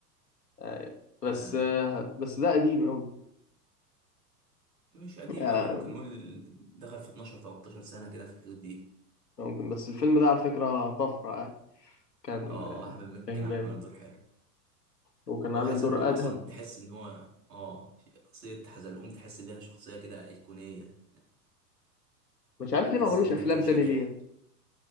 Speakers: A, on the left; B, on the right.
A: آه، بس
B: آه
A: آه، بس ده قديم قوي
B: مش قديم
A: يعني
B: قوي ممكن نقول دخل في 12 13 سنة كده في الحدود دي
A: ممكن بس الفيلم ده على فكرة طفرة يعني. كان
B: اه احمد مكي
A: كان
B: كان عامل
A: جامد
B: دور حلو
A: وكان عامل
B: هو حزلقوم
A: دور أدهم
B: اصلا تحس ان هو اه شخصيه حزلقوم تحس ان لها شخصيه كده ايقونيه
A: مش عارف
B: تحس
A: ليه ما عملوش
B: ان انت
A: أفلام
B: بتنشكح
A: تاني ليه